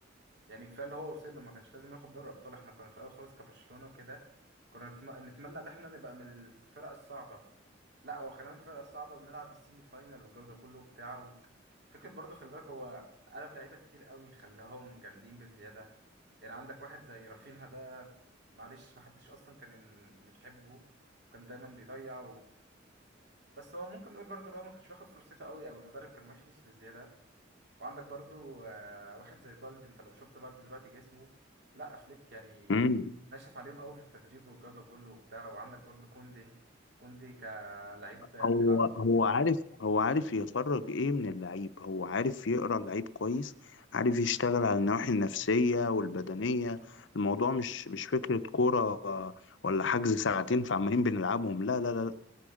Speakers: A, on the right; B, on the left.
A: يعني كفاية اللي هو وصل له ما كانش لازم ياخد دوري أبطال احنا كنا في الأول خالص كبرشلونة وكده كنا نتم- نتمنى إن احنا نبقى من الفرق الصاعدة لا هو خلينا من الفرق الصاعدة وبنلعب السيمي فاينال والجو ده كله وبتاع و... فكرة برضه خلي بالك هو قلب لعيبة كتير قوي خلاهم جامدين بالزيادة يعني عندك واحد زي رافينها ده معلش محدش أصلا كان بيحبه وكان دايما بيضيع بس هو ممكن نقول برضه اللي هو ما كانش واخد فرصته قوي او المدرب كان وحش بزياده وعندك برضه آه، واحد زي بالدي انت لو شفت بالدي دلوقتي جسمه لا فليك يعني
B: امم
A: ناشف عليهم قوي في التدريب والجوده كله وبتاع وعندك برضه كوندي كوندي كلعيب بيلعب
B: هو هو عارف هو عارف يخرج ايه من اللعيب هو عارف يقرا اللعيب كويس عارف يشتغل على النواحي النفسية والبدنية الموضوع مش مش فكرة كورة آه، ولا حجز ساعتين فعمالين بنلعبهم لا لا لا